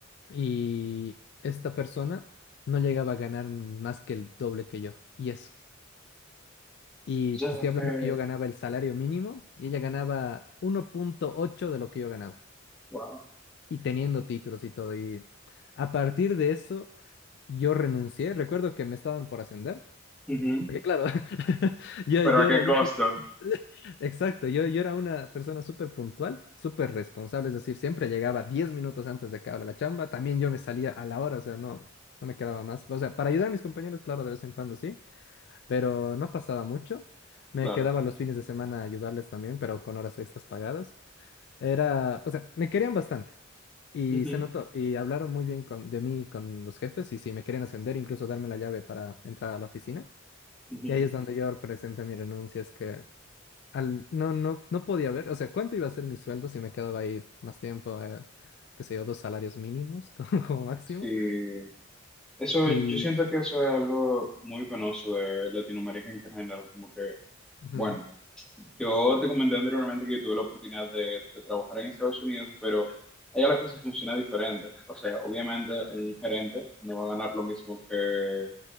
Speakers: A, on the left; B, in the centre.
A: Y esta persona no llegaba a ganar más que el doble que yo, y eso. Y
B: Ya,
A: te estoy hablando
B: eh,
A: que yo ganaba el salario mínimo y ella ganaba uno punto ocho de lo que yo ganaba,
B: wow.
A: y teniendo títulos y todo. Y a partir de eso, yo renuncié. Recuerdo que me estaban por ascender.
B: Ujú,
A: Porque claro, <laughs> yo,
B: Pero
A: yo
B: a qué
A: era,
B: costo,
A: yo soy- <laughs> exacto, yo, yo era una persona súper puntual, súper responsable, es decir, siempre llegaba 10 minutos antes de que abra la chamba, también yo me salía a la hora, o sea, no, no me quedaba más, o sea, para ayudar a mis compañeros, claro, de vez en cuando sí, pero no pasaba mucho, me
B: claro.
A: quedaba los fines de semana a ayudarles también, pero con horas extras pagadas, era, o sea, me querían bastante. Y
B: Ujú,
A: se notó, y hablaron muy bien con- de mí con los jefes, y sí, me querían ascender, incluso darme la llave para entrar a la oficina.
B: ujú.
A: Y ahí es donde yo presenté mi renuncia, es que al, no, no, no podía ver, o sea, cuánto iba a ser mi sueldo si me quedaba ahí más tiempo, eh, qué sé yo, dos salarios mínimos <laughs> como, como máximo.
B: Sí. Eso,
A: Y
B: yo siento que eso es algo muy penoso de Latinoamérica en general. Como que,
A: ujú,
B: bueno, yo te comenté anteriormente que yo tuve la oportunidad de, de trabajar en Estados Unidos, pero allá la cosa funciona diferente. O sea, obviamente un gerente no va a ganar lo mismo que